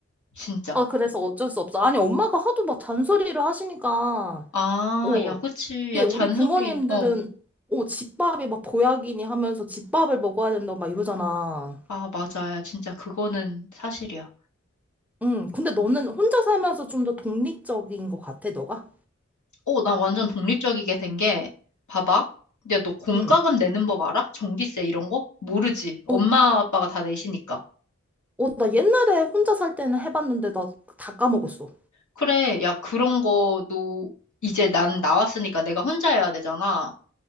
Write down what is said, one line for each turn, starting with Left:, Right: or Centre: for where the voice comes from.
Left: 진짜.
Centre: 아, 그래서 어쩔 수 없어. 아니, 엄마가 하도 막 잔소리를 하시니까,
Left: 아,
Centre: 어,
Left: 야, 그치.
Centre: 근데
Left: 야, 잔소리.
Centre: 우리 부모님들은,
Left: 어.
Centre: 어, 집밥이 막 보약이니 하면서 집밥을 먹어야 된다고 막 이러잖아.
Left: 아, 맞아. 야, 진짜 그거는 사실이야.
Centre: 응, 근데 너는 혼자 살면서 좀 더 독립적인 것 같아, 너가?
Left: 어, 나 완전 독립적이게 된 게, 봐봐. 야, 너 공과금
Centre: 응.
Left: 내는 법 알아? 전기세 이런 거? 모르지. 엄마,
Centre: 어,
Left: 아빠가 다 내시니까.
Centre: 어, 나 옛날에 혼자 살 때는 해봤는데 나 다 까먹었어.
Left: 그래. 야, 그런 거도 이제 난 나왔으니까 내가 혼자 해야 되잖아.